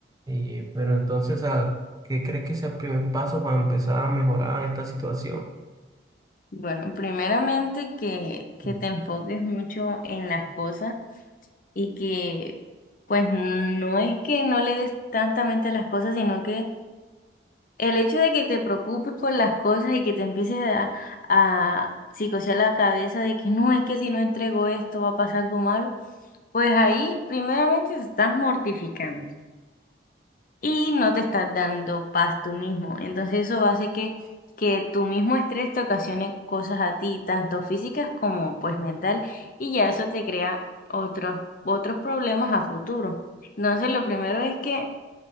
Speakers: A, on the right (about 20°); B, on the left (about 45°).
A: Y, pero entonces, ¿a qué crees que es el primer paso para empezar a mejorar esta situación?
B: Bueno, primeramente que, que
A: Mm.
B: te enfoques mucho en las cosas y que pues no es que no le des tanta mente a las cosas, sino que el hecho de que te preocupes por las cosas y que te empieces a, a psicosear la cabeza de que no, es que si no entrego esto va a pasar algo malo, pues ahí primeramente te estás mortificando y no te estás dando paz tú mismo. Entonces eso hace que, que tu mismo estrés te ocasione cosas a ti, tanto físicas como pues mental, y ya eso te crea otros, otros problemas a futuro. Entonces lo primero es que,